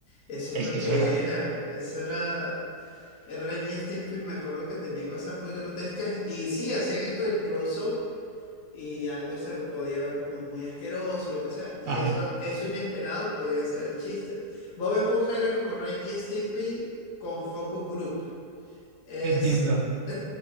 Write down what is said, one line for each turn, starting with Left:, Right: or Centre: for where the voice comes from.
Left: Eso
Right: Es
Left: es lo
Right: que
Left: que
Right: eso era.
Left: era. Eso era. El Ren y Stimpy me acuerdo que tenía cosas muy grotescas. Y sí, hacían esto del close-up. Y algo se podía ver como muy asqueroso, lo que sea. Y
Right: Ajá,
Left: eso, eso inesperado podía ser el chiste. Bob Esponja era como Ren y Stimpy con Focus Group. Es,
Right: entiendo.
Left: <laughs>